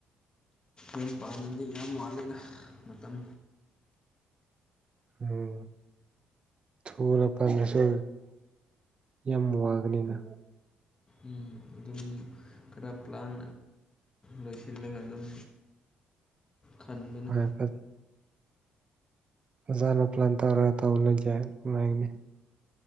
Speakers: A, on the left (about 25°); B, on the right (about 35°).
A: ꯌꯨꯝ ꯄꯥꯟꯕꯗꯤ ꯌꯥꯝ ꯋꯥꯠꯂꯤꯗ ꯃꯇꯝ
B: ꯎꯝ ꯊꯨꯅ ꯄꯥꯟꯗ꯭ꯔꯁꯨ ꯌꯥꯝ ꯋꯥꯒꯅꯤꯅ
A: ꯎꯝ ꯑꯗꯨꯝ ꯈꯔ ꯄ꯭ꯂꯥꯟ ꯂꯣꯏꯁꯤꯜꯂꯒ ꯑꯗꯨꯝ ꯈꯟꯕꯅꯤ
B: ꯍꯣꯏꯌꯦ ꯐꯠ ꯑꯣꯖꯥꯅ ꯄ꯭ꯂꯥꯟ ꯇꯧꯔꯒ ꯇꯧꯅꯣꯏꯖꯦ ꯃꯥꯏꯅꯤ